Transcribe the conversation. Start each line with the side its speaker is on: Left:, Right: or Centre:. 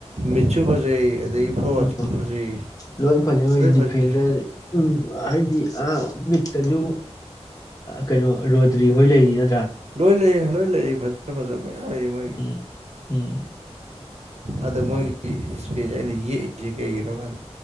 Right: ꯃꯤꯠꯁꯨ ꯐꯖꯩ ꯑꯗꯒꯤ ꯐꯔꯁꯨ
Left: ꯎꯝ
Right: ꯐꯖꯩ
Left: ꯂꯣꯏ ꯐꯖꯅ ꯉꯝꯃꯤ
Right: ꯂꯣꯏ
Left: ꯗꯤꯐꯦꯟꯗꯔ
Right: ꯐꯖꯩ
Left: ꯎꯝ ꯍꯥꯏꯗꯤ ꯃꯤꯠꯇꯁꯨ ꯀꯩꯅꯣ ꯔꯣꯗ꯭ꯔꯤ ꯍꯣꯏ ꯂꯩꯔꯤ ꯅꯠꯇ꯭ꯔꯥ
Right: ꯍꯣꯏ ꯂꯩꯔꯤ ꯍꯣꯏ ꯂꯩꯔꯤ ꯐꯖ ꯐꯖꯕ ꯃꯌꯥꯝ ꯂꯩꯔꯤ ꯃꯣꯏꯒꯤ
Left: ꯎꯝ ꯎꯝ
Right: ꯑꯗ ꯃꯣꯏꯒꯤ ꯏꯁꯄꯦꯁ ꯑꯩꯅ ꯌꯦꯛꯏꯁꯦ ꯀꯩꯒꯤꯅꯣ ꯀꯥꯟꯗ